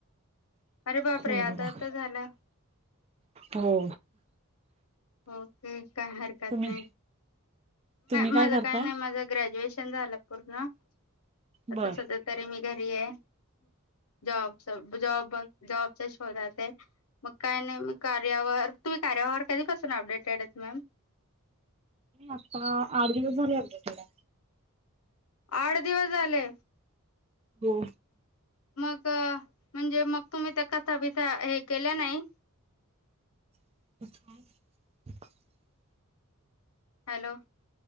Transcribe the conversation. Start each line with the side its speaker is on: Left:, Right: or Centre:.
Left: अरे बाप
Right: मुलगीला.
Left: रे आता आता झालं.
Right: हो
Left: के काय हरकत
Right: तुम्ही
Left: नाही
Right: तुम्ही
Left: माझ
Right: करताय?
Left: काय नाही माझ ग्रॅज्युएशन झालं पूर्ण आता
Right: बर.
Left: सध्या तरी मी घरी आहे. जॉबच जॉब जॉबचा शोधात आहे ते मग काही नाही कार्यावर कार्यावर कधीपासून अप्टडेट आहेत मॅम
Right: आता आठ दिवस झाले आपल्याकडे
Left: आठ दिवस झाले.
Right: हो
Left: मग म्हणजे मग तुम्ही त्या कथा बिथा हे केल्या नाही.
Right: <unintelligible>
Left: हॅलो